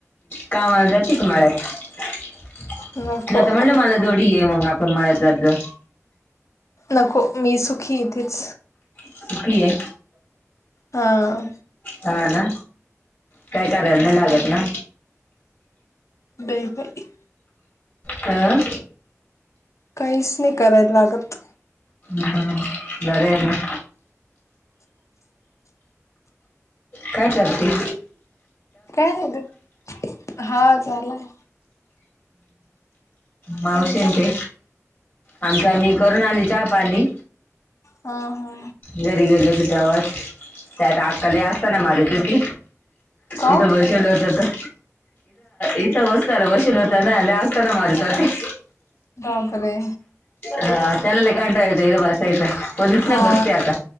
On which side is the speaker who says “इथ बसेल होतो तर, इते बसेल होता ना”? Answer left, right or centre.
Left